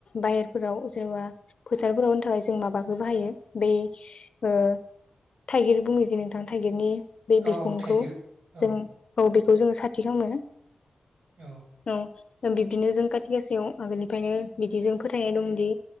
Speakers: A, on the left (about 45°); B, on the right (about 75°).
A: बाहेरफोराव जेनबा फोथारफोराव होनो थाखाय जों माबाखो बाहायो बै ओ थाइगिर बुङै जे नोंथां थाइगिरनि बे
B: औ
A: बिखुंखौ
B: औ थाइगिर औ
A: जों औ बेखौ जोङो साथि खामो ।
B: औ
A: औ बिब्दिनो जों काति गासायाव आगोलनिफ्रायनो बिदि जों फोथायनाय दंदि